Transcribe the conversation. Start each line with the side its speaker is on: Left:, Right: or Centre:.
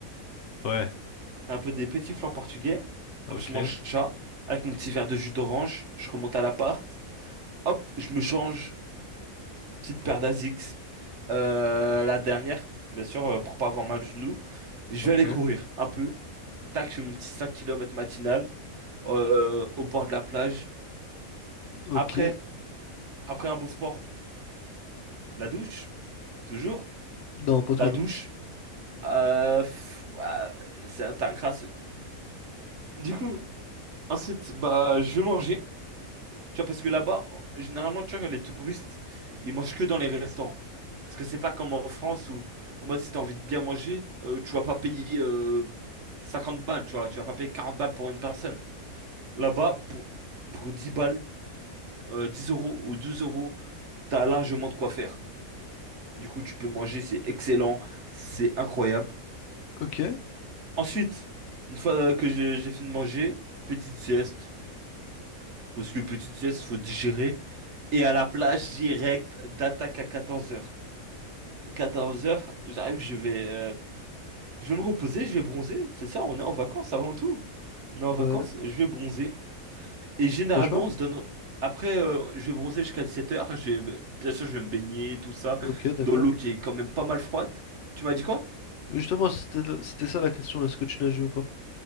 Left: Ouais,
Right: C'est un peu des petits flancs portugais.
Left: ok,
Right: Hop, je mange ça, avec mon petit verre de jus d'orange, je remonte à l'appart. Hop, je me change, petite paire d'Asics. Euh, la dernière, bien sûr, euh, pour pas avoir mal au genou. Je
Left: ok.
Right: vais aller courir un peu. Tac, je fais mon petit 5 kilomètres matinal euh, au bord de la plage.
Left: Ok.
Right: Après, Après un beau sport, la douche, toujours.
Left: Non, pas toujours.
Right: La douche, euh, pff, ah, c'est un t'as un crasseux. Du coup, ensuite, bah, je vais manger. Tu vois, parce que là-bas, généralement, tu vois, les touristes, ils mangent que dans les restaurants. Parce que c'est pas comme en France où, en mode, si t'as envie de bien manger, euh, tu vas pas payer euh, 50 balles, tu vois. Tu vas pas payer 40 balles pour une personne. Là-bas, pour, pour 10 balles, euh, 10 euros ou 12 euros, t'as largement de quoi faire. Du coup, tu peux manger, c'est excellent, c'est incroyable.
Left: Ok.
Right: Ensuite, une fois que je- j'ai fini de manger, petite sieste. Parce que petite sieste, faut digérer. Et à la plage, direct, d'attaque à 14 heures 14 heures j'arrive, je vais, euh, je vais me reposer, je vais bronzer. C'est ça, on est en vacances avant tout. On est en vacances,
Left: Ouais.
Right: je vais bronzer. Et généralement,
Left: Tu nages pas?
Right: on se donne... Après, euh, je vais bronzer jusqu'à 17 heures Je vais... Bien sûr, je vais me baigner, tout ça,
Left: Ok, d'accord.
Right: dans l'eau qui est quand même pas mal froide. Tu m'as dit quoi?
Left: Justement, c'était c'était ça la question, est-ce que tu nages ou pas?